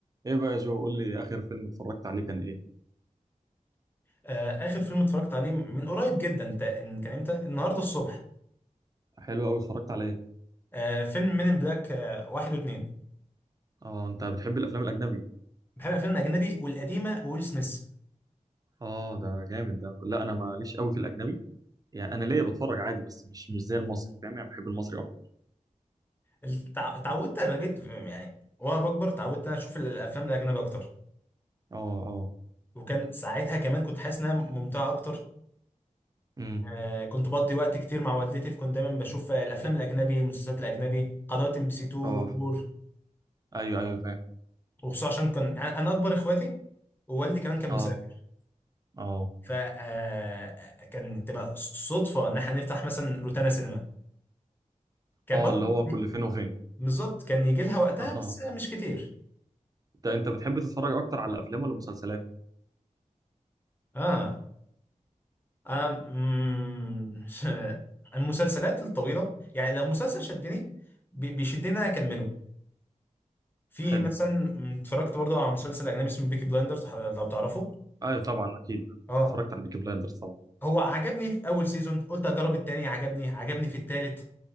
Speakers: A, on the right; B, on the left.
A: ايه بقى يا جو قول لي اخر فيلم اتفرجت عليه كان ايه
B: آه، اخر فيلم اتفرجت عليه من قريب جدا تا- إن- كان امتى النهارده الصبح
A: حلو قوي اتفرجت على ايه
B: آه، فيلم مين ان بلاك آه، واحد واثنين
A: اه انت بتحب الافلام الاجنبي
B: بحب الافلام الاجنبي والقديمه وويل سميث
A: اه ده جامد ده لا انا ماليش قوي في الاجنبي يعني انا ليا بتفرج عادي بس مش مش زي المصري فاهم يعني بحب المصري اكتر
B: التع- اتعودت اغلبيه يعني وانا بكبر اتعودت انا اشوف الافلام الاجنبيه اكتر
A: اه اه
B: وكان ساعتها كمان كنت حاسس انها ممتعه اكتر
A: امم
B: آه، كنت بقضي وقت كتير مع والدتي فكنت دايما بشوف الافلام الاجنبي المسلسلات الاجنبي قنوات ام بي سي 2
A: اه
B: 4
A: ايوه ايوه فاهم
B: وخصوصا عشان كان انا أنا اكبر اخواتي ووالدي كمان كان
A: اه
B: مسافر
A: اه
B: فكان تبقى صدفه ان احنا نفتح مثلا روتانا سينما كان
A: اه
B: برضه
A: اللي هو كل فين وفين
B: بالظبط كان يجي لها وقتها
A: اه
B: بس مش كتير
A: ده انت بتحب تتفرج اكتر على افلام ولا مسلسلات
B: اه أم... مم، <laughs> المسلسلات الطويله يعني لو مسلسل شدني بي- بيشدني ان انا اكمله في
A: حلو
B: مثلا م، اتفرجت برضه على مسلسل اجنبي اسمه بيكي بلايندرز لو تعرفه
A: ايوه طبعا اكيد
B: اه
A: اتفرجت على بيكي بلايندرز طبعا
B: هو عجبني في اول سيزون قلت اجرب التاني عجبني عجبني في التالت